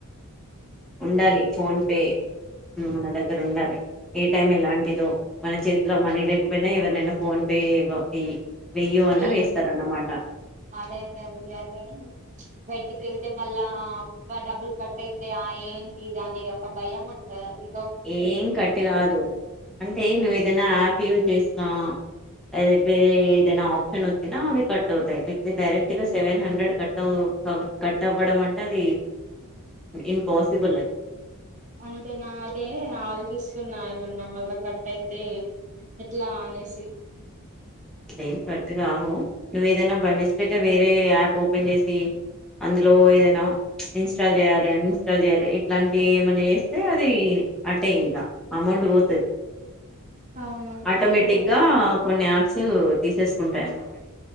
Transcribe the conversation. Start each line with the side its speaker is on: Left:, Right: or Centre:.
Centre: ఉండాలి ఫోన్ పే మన దగ్గర ఉండాలి ఏ టైం ఎలాంటిదో మన చేతిలో మని లేక్ ఎటు పోయినా ఎవరినైనా ఫోన్ పే వెయ్యి వెయ్యో అన్నా
Right: ఈ
Centre: వేస్తారన్నమాట
Right: అదైతనది అదే బయటికెళ్తే మళ్ళా డబ్బులు కట్ అయితాయా ఏంటిది అనే ఒక భయం ఉంటది ఆది
Centre: ఏం కట్ కాదు అంటే నువ్వు ఏదన్నా యాప్ యూస్ జేస్తా అది వేరే ఏదన్న ఆప్షన్ వచ్చిన అవి కట్ అవుతాయి లేకపోతే డైరెక్ట్ గా సెవెన్ హండ్రెడ్ కట్ కట్ అవ్వడం అంటే అది ఇంపాసిబుల్ అది
Right: అన్ తే నా అదే ఆలోచిస్తున్నా ఏమన్నా మళ్ళ క యితే ఎట్లా అనేసి
Centre: అట్లే ఏం కట్ కావు నువ్వు ఏదైనా బై మిస్టేక్గా వేరే యాప్ ఓపెన్ చేసి అందులో ఏదైనా ఇన్స్టాల్ చేయాలి అన్ఇన్స్టాల్ చేయాలి ఇట్లాంటివి ఏమన్నా చేస్తే అది అట్టే ఇంకా అమౌంట్ పోతది.
Right: అవును
Centre: ఆటోమేటిక్
Right: అందుకే
Centre: గా కొన్ని యాప్ స్ తీసేసుకుంటామాట